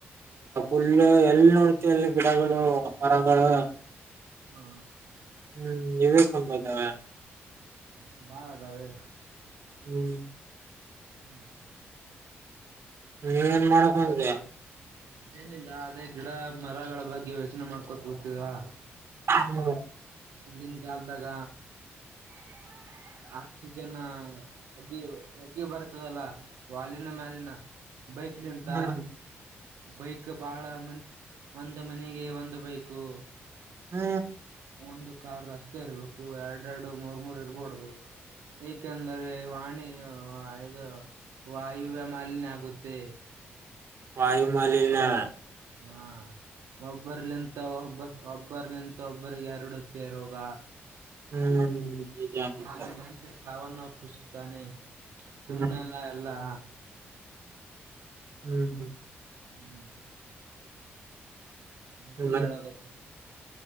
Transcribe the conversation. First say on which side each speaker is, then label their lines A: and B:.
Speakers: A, on the right; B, on the right.
A: ುಲ್ಲ ಎಲ್ಲಿ ನೋಡ್ತಿ ಎಲ್ಲಿ ಗಿಡಗಳು ಮರಗಳು
B: ಹಾ
A: ಹ್ಮ್ ಇದೇ ತುಂಬ್ದಾವ
B: ಹಾ ಬಾಳ ಅದಾವೆ
A: ಹ್ಮ್
B: ಹ್ಮ್
A: ನೀವೇನ್ ಮಾಡಕ್ಂದ್ರಾ
B: ಏನಿಲ್ಲ ಅದೇ ಗಿಡ ಮರಗಳ ಬಗ್ಗೆ ಯೋಚನೆ ಮಾಡ್ಕೋತ ಹೋಗ್ತಿದವಾ
A: ಹ್ಮ
B: ಇಲ್ಲಿನ್ ಕಲ್ದಾಗ ಆಕ್ಸಿಜನ್ ಒಗ್ಗಿ ಒಗ್ಗಿ ಬರ್ತದಲ್ಲ ವಾಲಿನ ಮ್ಯಾಲಿನ ಬೈಕ್ಲಿಂತ
A: ಹ್ಮ್
B: ಬೈಕ್ ಬಹಳ ಮ ಒಂದು ಮನೆಗೆ ಒಂದು ಬೈಕು
A: ಹ್ಮ
B: ಒಂದು ಕಾರ್ ಅಷ್ಟೇ ಇರ್ಬೇಕು ಎರಡ್ ಎರಡು ಮೂರ್ ಮೂರ್ ಇರಬೋಡುದು ಏಕೆಂದ್ರೆ ವಾಣಿ ಇದು ವಾಯುವ್ಯ ಮಾಲಿಿನ್ಯ ಆಗುತ್ತೆ
A: ವಾಯು ಮಾಲಿನ್ಯ
B: ಹಾ ಒಬ್ಬರ್ಲಿಂತ ಮ ಒಬ್ಬ ಒಬ್ಬರ್ ನಿಂತ ಒಬ್ಬರಿಗೆ ಎರಡುತ್ತ ಇರುವೋಗ
A: ಹ್ಮ್ ನಿಜ ನಿಜ
B: ಮ ಸಾವಣ ಪುಸುತ್ತಾನೆ ಸುಮ್ಮ್ನೆಲ್ಲ
A: ಹ್ಮ್
B: ಎಲ್ಲಾ
A: ಹ್ಮ್ ಹ್ಮ್
B: <inaudible> ನತಿ
A: ಹ್ಮ್ ಮತ್
B: ಹೇಳಬೇಕ